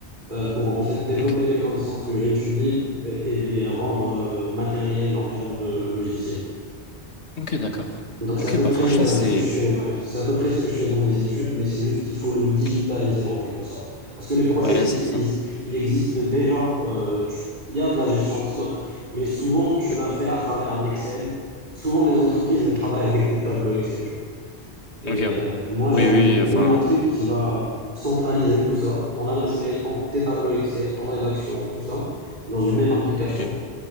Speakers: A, on the right; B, on the left.
A: euh, pour en fait développer
B: Ok.
A: mes connaissances que j'étudie et, et les rendre euh, matérielles en termes de logiciels.
B: Ok, d'accord.
A: Donc
B: Ok,
A: c'est à peu
B: bah
A: près
B: franchement
A: euh,
B: c'est.
A: ce que je fais, ouais. C'est à peu près ce que je fais dans mes études, mais c'est juste qu'il faut le digitaliser
B: Ok.
A: en quelque sorte. Parce que les process,
B: Ouais, c'est
A: ils,
B: ça.
A: ils- ils existent déjà. euh, tu- il y a de la gestion de stock, mais souvent tu
B: Hmm.
A: la fais à travers un Excel. Souvent les entreprises, elles travaillent avec des tableaux Excel, tu vois. Et
B: Ok, ouais.
A: euh, moi j'ai
B: Oui,
A: envie
B: oui,
A: de créer
B: enfin,
A: un truc qui va centraliser tout ça, ton adresse mail, ton, tes tableaux Excel, ton rédaction, tout ça, dans une même application
B: ok.